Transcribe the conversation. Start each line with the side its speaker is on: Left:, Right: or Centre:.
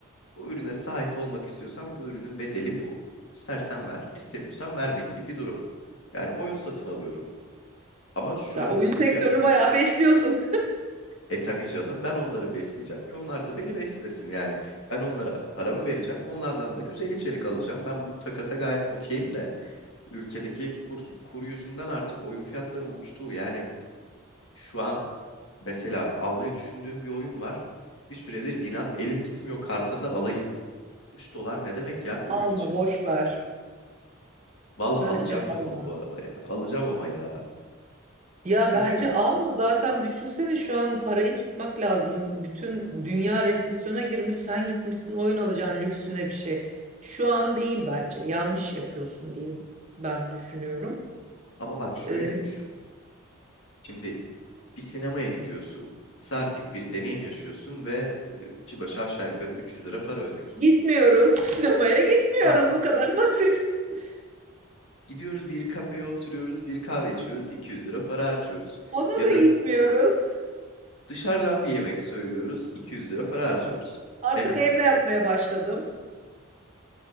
Left: Bu ürüne sahip olmak istiyorsan bu ürünün bedeli bu. İstersen ver, istemiyorsan verme gibi bir durum. Yani oyun satın alıyorum. Ama şu
Right: Sen
Left: ara
Right: oyun
Left: oyun
Right: sektörünü
Left: fiyat.
Right: bayağı besliyorsun.
Left: E tabii canım ben onları besleyeceğim ki onlar da beni beslesin. Yani ben onlara paramı vereceğim. Onlardan da güzel içerik alacağım. Ben bu takasa gayet okeyim de ülkedeki kur, kuru yüzünden artık oyun fiyatları uçtu. Yani şu an mesela almayı düşündüğüm bir oyun var. Bir süredir inan elim gitmiyor karta da alayım. 3 dolar ne demek ya
Right: <laughs>
Left: bir oyun
Right: Alma,
Left: için?
Right: boş ver.
Left: Valla
Right: Bence
Left: alacağım ben
Right: alma.
Left: onu bu arada ya. Alacağım ama ya.
Right: Ya
Left: Çünkü
Right: bence alma. Zaten düşünsene şu an parayı tutmak lazım. Bütün dünya resesyona girmiş. Sen gitmişsin oyun alacaksın lüksüne bir şey. Şu an değil bence. Yanlış yapıyorsun diye ben düşünüyorum.
Left: ama bak şöyle
Right: Ee,
Left: düşün. Şimdi Bir sinemaya gidiyorsun. Saatlik bir deneyim yaşıyorsun ve e, kişi başı aşağı yukarı 300 lira para ödüyorsun.
Right: gitmiyoruz. <laughs> Sinemaya gitmiyoruz.
Left: Ha,
Right: Bu kadar basit. <laughs>
Left: gidiyoruz bir kafeye oturuyoruz, bir kahve içiyoruz, 200 lira para harcıyoruz.
Right: Ona
Left: Ya
Right: da
Left: da
Right: gitmiyoruz.
Left: dışarıdan bir yemek söylüyoruz, 200 lira para harcıyoruz.
Right: Artık
Left: En az.
Right: evde yapmaya başladım.